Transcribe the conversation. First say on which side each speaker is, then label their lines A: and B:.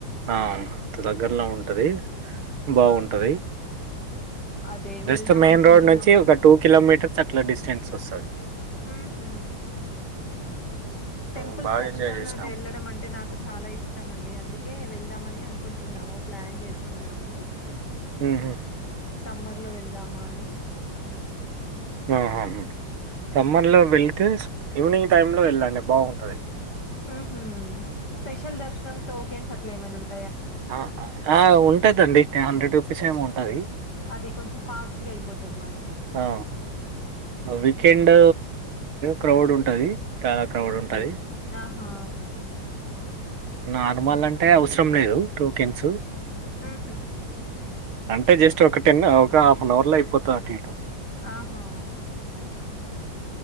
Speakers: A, on the right; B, on the left.
A: ఆ! అంత దగ్గరలో ఉంటది బాగుంటది
B: ఆహా! అదే వెళ్దాం
A: జస్ట్ మెయిన్
B: అనుకుంటున్నామండి.
A: రోడ్ నుంచి ఒక టూ కిలోమీటర్స్ అట్లా డిస్టెన్స్ వస్తుంది
B: ఊహు టెంపుల్స్
A: మేము బాగా
B: దర్శనాల్లోనే
A: ఎంజాయ్ చేసాం.
B: యెళ్ళడమంటే నాకు చాలా ఇష్టం అండి అందుకే కే వెళ్దామని అనుకుంటున్నాము ప్లాన్ చేస్తున్నాము
A: ఊహు
B: సమ్మర్ లో వెళ్దామా అని
A: ఊహు సమ్మర్ లో వెళితే ఈవినింగ్ టైమ్ లో యెళ్ళండి బాగుంటది
B: ఊహు స్పెషల్ దర్శనం టోకెన్స్ అట్లా ఏమైనా ఉంటా
A: ఆ ఆ ఉంటదండి హండ్రెడ్ రూపీస్ ఏమో ఉంటది
B: అది కొంచెం పాస్ట్గా అయిపోతది మనకి
A: ఆ వీకెండ్
B: అదే.
A: క్రౌడ్ ఉంటది చాలా క్రౌడ్
B: హుహు.
A: ఉంటది
B: ఆహా!
A: నార్మల్ అంటే అవసరం లేదు టోకెన్స్.
B: ఊహు
A: అంటే జస్ట్ ఒక టెన్ ఒక హాఫ్ అన్ అవర్ లో అయిపోతాది అటు ఇటు.
B: ఆహా